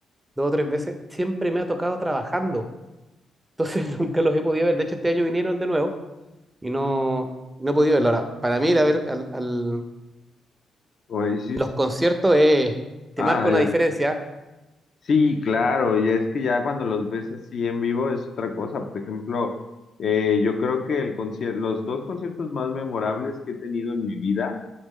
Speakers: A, on the right; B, on the left.
A: dos o tres veces, siempre me ha tocado trabajando. Entonces <laughs> nunca los he podido ver. De hecho, este año vinieron de nuevo y no, no he podido verlo. Ahora, para mí ir a ver al- al-
B: Oasis.
A: los conciertos es, te
B: Ah,
A: marca una
B: ya.
A: diferencia.
B: Sí, claro, ya es que ya cuando los ves así en vivo es otra cosa. Por ejemplo, eh, yo creo que el concierto, los dos conciertos más memorables que he tenido en mi vida